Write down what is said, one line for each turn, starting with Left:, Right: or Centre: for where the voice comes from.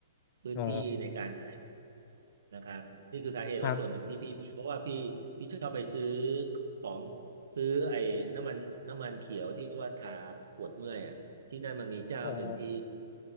Right: พื้นที่ในการขาย
Left: อ๋อ
Right: นะครับนี่คือสาเหตุว่าส่วนหนึ่งที่พี่เพราะว่าพี่พี่ชอบไปซื้อ
Left: ครับ
Right: ของซื้อไอ้น้ำมันน้ำมันเขียวที่ว่าทาปวดเมื่อยอ่ะที่นั่นมันมีเจ้าหนึ่งที่
Left: อ๋อ